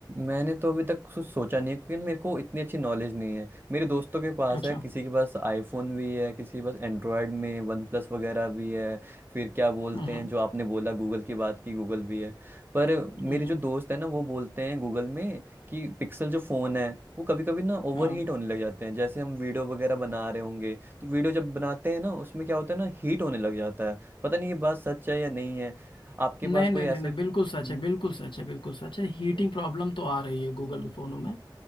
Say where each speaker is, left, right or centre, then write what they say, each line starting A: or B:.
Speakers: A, on the right; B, on the left.
A: मैंने तो अभी तक कुछ सोचा नहीं है क्योंकि मेरे को इतनी अच्छी नॉलेज नहीं है मेरे दोस्तों के पास
B: अच्छा
A: है किसी के पास आईफोन भी है किसी के पास एंड्रॉयड में वन प्लस वगैरह भी है फिर क्या बोलते
B: हम्म
A: हैं जो आपने बोला गूगल की बात की गूगल भी है पर
B: हम्म
A: मेरे जो दोस्त है ना वो बोलते हैं गूगल में कि पिक्सल जो फ़ोन है वो कभी कभी ना ओवर
B: हाँ
A: हीट होने लग जाते हैं जैसे हम वीडियो वगैरह बना रहे होंगे तो वीडियो जब बनाते हैं ना उसमें क्या होता है ना हीट होने लग जाता है पता नहीं ये बात सच है या नहीं है आपके
B: नहीं
A: पास
B: नहीं
A: कोई
B: नहीं
A: ऐसा
B: नहीं बिल्कुल सच
A: हम्म,
B: है बिल्कुल सच है बिल्कुल सच है
A: अच्छा
B: हीटिंग प्रॉब्लम तो आ रही है
A: हम्म।
B: गूगल के फ़ोनों में